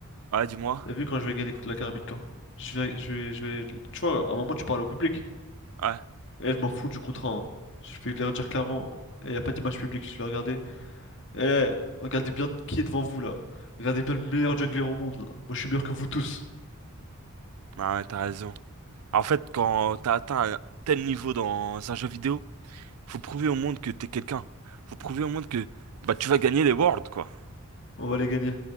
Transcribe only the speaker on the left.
T'as vu quand je vais gagner contre la Caramel Corp? Je vais, je vais, je vais... Tu vois, à un moment, tu parles au public.
Eh, je m'en fous du contrat. hein. Je vais leur dire clairement, il n'y a pas d'image publique. Je vais regarder. Eh, regardez bien qui est devant vous, là. Regardez bien le meilleur jungler au monde, là. Moi, je suis meilleur que vous tous.
On va les gagner.